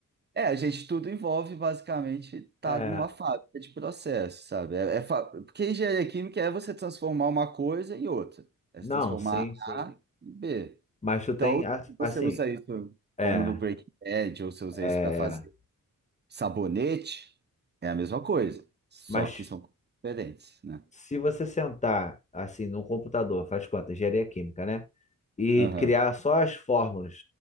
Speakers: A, on the right; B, on the left.
A: É, a gente tudo envolve basicamente estar
B: É,
A: numa fábrica de processo, sabe? É, é fa- Porque engenharia química é você transformar uma coisa em outra. É
B: não,
A: se transformar
B: sim, sim.
A: A em B.
B: Mas tu
A: Então,
B: tem,
A: se
B: a-
A: você
B: assim,
A: usa isso como
B: é,
A: no Breaking Bad, ou você usa
B: é,
A: isso para fazer sabonete, é a mesma coisa. Só
B: mas
A: que são diferentes, né?
B: se você sentar assim num computador, faz conta, engenharia química, né? E
A: Aham.
B: criar só as fórmulas